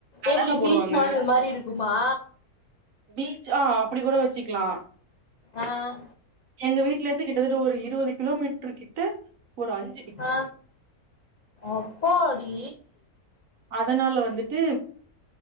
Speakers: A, on the right (about 60°); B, on the left (about 60°).
A: கடல
B: எப்டி
A: போடுவாங்க
B: பீச் மணல் மாரி இருக்குமா
A: பீச் ஆ அப்டி கூட வச்சுக்லா
B: ஆஹ்
A: எங்க வீட்லந்து கிட்டத்தட்ட ஒரு இருவது கிலோமீட்டரு கிட்ட ஒரு அஞ்
B: ஆ அப்பாடி
A: அதனால வந்துட்டு